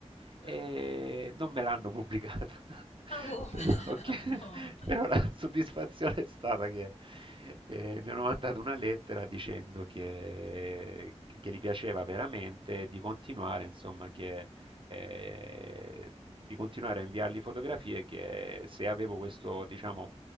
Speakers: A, on the right; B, on the left.
A: e
B: Ah,
A: non me l'hanno pubblicata. <laughs>
B: ma come?
A: Però,
B: <laughs>
A: che-
B: No.
A: però la soddisfazione è stata che eh, mi hanno mandato una lettera dicendo che, che, che gli piaceva veramente di continuare, insomma, che, eh, di continuare a inviargli fotografie che se avevo questo, diciamo